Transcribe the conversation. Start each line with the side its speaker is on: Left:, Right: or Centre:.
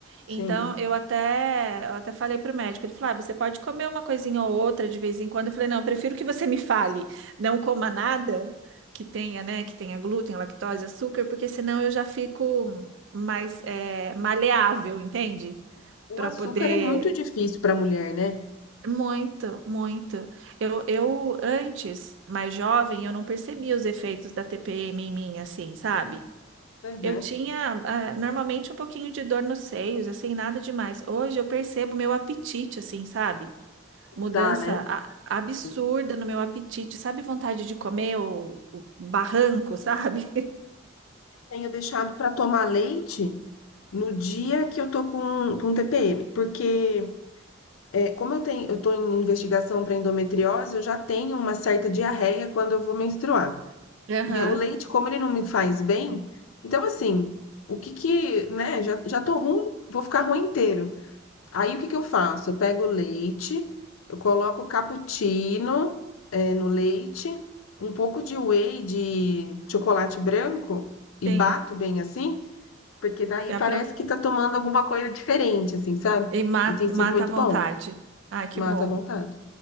Right: Então,
Left: Sim.
Right: eu até, eu até falei pro médico, ele falou, ah, você pode comer uma coisinha ou outra de vez em quando. Eu falei, não, eu prefiro que você me fale, não coma nada que tenha, né, que tenha glúten, lactose, açúcar, porque senão eu já fico mais, eh, maleável, entende?
Left: O
Right: Para poder
Left: açúcar é muito difícil pra mulher, né?
Right: muito, muito. Eu, eu antes, mais jovem, eu não percebia os efeitos da TPM em mim, assim, sabe?
Left: Uhum.
Right: Eu tinha, ah, normalmente um pouquinho de dor nos seios, assim, nada demais. Hoje eu percebo meu apetite, assim, sabe?
Left: Não
Right: Mudança
Left: né?
Right: a- absurda
Left: É.
Right: no meu apetite, sabe? Vontade de comer o, o barranco, sabe?
Left: Tenho deixado pra tomar leite. no dia que eu tô com, com TPM, porque é, como eu tenho, eu tô em investigação para endometriose, eu já tenho uma certa diarreia quando eu vou menstruar.
Right: <laughs> Aham,
Left: E o leite, como ele não me faz bem, então assim, o que que, né, já, já tô ruim, vou ficar ruim inteiro. Aí o que que eu faço? Eu pego o leite, eu coloco cappuccino, é, no leite, um pouco de whey de chocolate branco e
Right: sim,
Left: bato bem assim. Porque daí
Right: eu
Left: parece que tá tomando alguma coisa diferente, assim, sabe?
Right: E mata,
Left: E tem sido
Right: mata
Left: muito
Right: à vontade.
Left: bom.
Right: Ah, que
Left: Mata
Right: bom,
Left: a vontade.